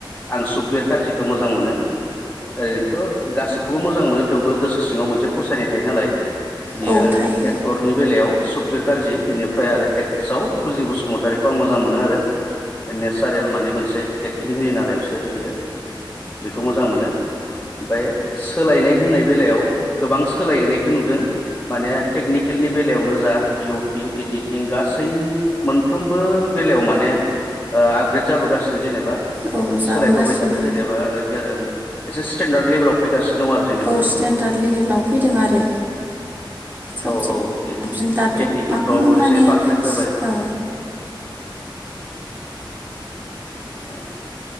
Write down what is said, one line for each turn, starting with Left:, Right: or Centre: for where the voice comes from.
Left: आं सुकबिर कार्जिखौ मोजां मोनो। ओरैनोथ' गासिखौ बो मोजां मोनो थेवबो गोसो सिङाव मोनसे फसायनाय थायो नालाय। बियो
Right: औ थायो
Left: एक्टरनि बेलायाव सुकबिर कार्जि इनिफ्राय आरो एक क्ट्रिसाव फुजि बसुमतारिखौ आं मोजां मोनो आरो नेचारेल माने मोनसे एक्टिं होयो नालाय बिसोर बियो बेखौ मोजां मोनो ओमफ्राय सोलायनाय होननाय बेलायाव गोबां सोलायनायखौ नुदों माने टेकनिकेलनि बेलायावनो जा डिअपि इडिटिं गासिबो गासै मोनफ्रोमबो बेलायाव माने ओ आपग्रेद जाबोगासिनो जेनेबा
Right: औ जाबोगासिनो
Left: सोलायबोबाय थादों जेनेबा इदि आरो। एसे स्टेन्डार्ड लेभेलाव फैगासिनो दं आरो जेनेबा।
Right: औ स्टेन्डार्ड लेभेलाव फैदों आरो साबसिन
Left: औ औ बिदि
Right: साबसिन दाथ'
Left: सब
Right: गोबां
Left: टेकनिकेलफ्राव एसे
Right: माने
Left: पारफेक्ट जाबाय।
Right: औ
Left: <unintelligible>